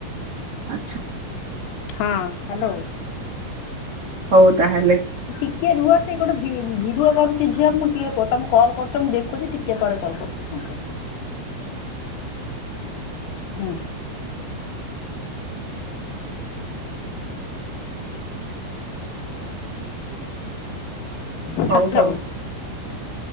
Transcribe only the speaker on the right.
ଆଚ୍ଛା
ହଉ ତାହେଲେ
ହଉ ହଉ।